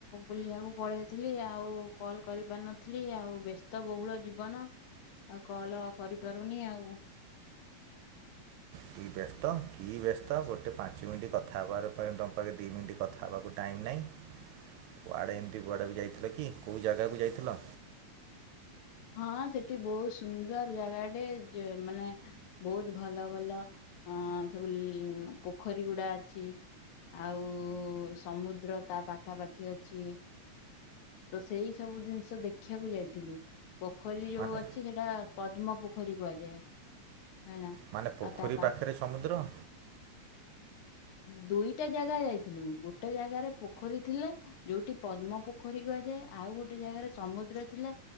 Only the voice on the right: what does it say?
କି ବ୍ୟସ୍ତ କି ବ୍ୟସ୍ତ ଗୋଟେ ପାଞ୍ଚ ମିନିଟ୍ କଥା ହେବାର ଉପର ପାଖେ ଦି ମିନିଟ୍ କଥା ହେବାକୁ ଟାଇମ୍ ନାହିଁ କୁଆଡ଼େ ଏମିତି କୁଆଡ଼େ ବି ଯାଇଥିଲ କି କେଉଁ ଜାଗାକୁ ଯାଇଥିଲ?
ମାନେ
ମାନେ ପୋଖରୀ
ପାଖରେ ସମୁଦ୍ର।